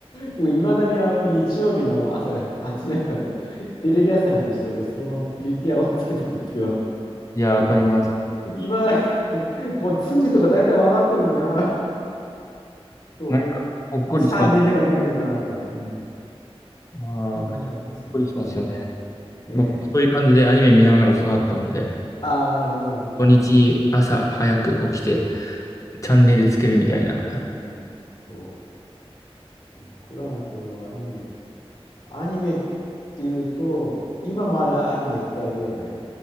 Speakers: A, on the left; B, on the left.
A: 僕、いまだにあの日曜日の朝が8時になると、テレビ朝日にしといて、そのままプリキュアをつけとくっていう、あの、
B: いや、わかります。
A: いまだにもう筋とか大体分かってるのに、ああ、そうで、
B: なんか、ほっこりします。
A: いつ3人目が出てくるかなとかね。うん。
B: ああ、
A: そんなのありますよね。
B: わかりよ。ほっこりしますよね。
A: うん。ね。
B: 僕もそういう感じでアニメ見ながら育ったんで、
A: ああ、なるほど、なるほど。
B: 土日朝早く起きてチャンネルつけるみたいな。
A: ね、そう、そ僕らの頃はアニメ、アニメっていうと、今もあるアニメってあれだよね。